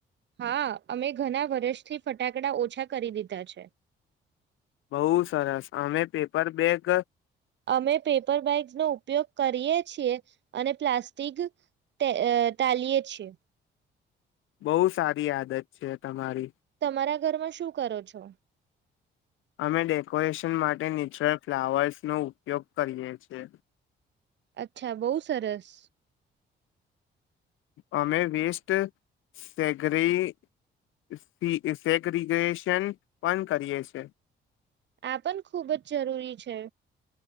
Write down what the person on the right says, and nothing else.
હા અમે ઘણા વર્ષથી ફટાકડા ઓછા કરી દીધા છે
અમે પેપર બેગ્સ નો ઉપયોગ કરીએ છીએ અને પ્લાસ્ટિક ટાલીયએ છીએ
તમારા ઘરમાં શું કરો છો
અચ્છા બહુ સરસ
આ પણ ખૂબ જ જરૂરી છે